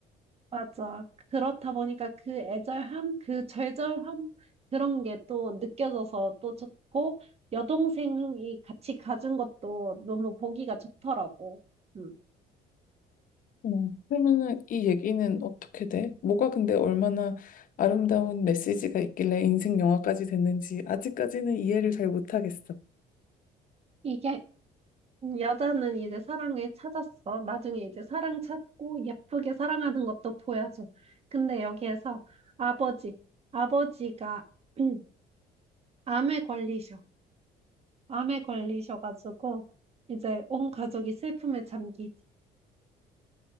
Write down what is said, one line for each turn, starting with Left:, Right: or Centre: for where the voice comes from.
Right: 맞아. 그렇다 보니까 그 애절함, 그 절절함, 그런 게 또 느껴져서 또 좋고, 여동생이 같이 가준 것도 너무 보기가 좋더라고. 음.
Left: 어, 그러면은 이 얘기는 어떻게 돼? 뭐가 근데 얼마나 아름다운 메시지가 있길래 인생 영화까지 됐는지 아직까지는 이해를 잘 못하겠어.
Right: 이게, 음, 여자는 이제 사랑을 찾았어. 나중에 이제 사랑 찾고 예쁘게 사랑하는 것도 보여줘. 근데 여기에서 아버지, 아버지가 <clears throat> 암에 걸리셔. 암에 걸리셔가지고, 이제 온 가족이 슬픔에 잠기지.